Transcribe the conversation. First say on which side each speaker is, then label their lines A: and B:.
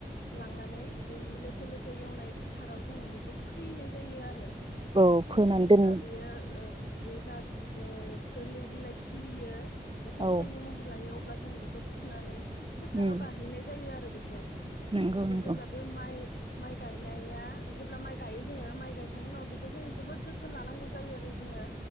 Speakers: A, on the left; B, on the right.
A: लांनानै बै लोथो लोथो एवनाय फोथाराव जोङो बेखौ फैनाय जायो आरो
B: औ
A: फैनानै
B: फोनानै दोन
A: जा बेयो औ बे जा ओ गोरलै बिलाइ खिलियो जे खोथियानि
B: औ
A: महर लायो अब ब्ला जों बेखौ फुनानै फोथाराव
B: उम
A: गाहैनाय जायो आरो बेखौ
B: नंगौ
A: आरो
B: नंगौ
A: जेब्ला बे माइ माइ गायनाया जेब्ला माइ गायो जोङो माइ गायखांनायनि उनाव बेखौ जों जोबोद जोथोन लानांगौ जायो आरो जोङो